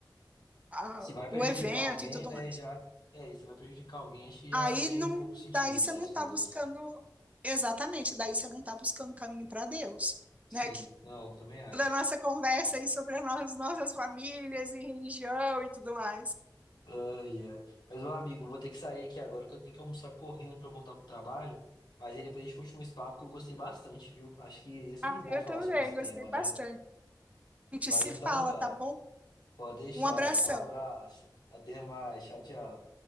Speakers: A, on the right; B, on the left.
A: a,
B: se vai prejudicar
A: o evento
B: alguém,
A: e tudo
B: né,
A: mais.
B: já... É, e se vai prejudicar alguém, acho que já
A: Aí
B: perde
A: não,
B: um pouco o sentido
A: daí você
B: das
A: não está
B: coisas.
A: buscando exatamente, daí você não está buscando caminho para Deus,
B: Sim,
A: né? Que
B: não, eu também acho.
A: toda a nossa conversa aí sobre as nossas nossas famílias e religião e tudo mais.
B: Ai, ai. Mas, ô amigo, eu vou ter que sair aqui agora que eu tenho que almoçar correndo pra voltar pro trabalho. Mas aí depois a gente continua esse papo que eu gostei bastante, viu? Acho que é sempre
A: Ah,
B: bom
A: eu
B: falar
A: também
B: sobre esse tema,
A: gostei bastante.
B: né?
A: A gente
B: Mas
A: se
B: então
A: fala,
B: tá.
A: tá bom?
B: Pode deixar.
A: Um abração.
B: Um abraço. Até mais. Tchau, tchau.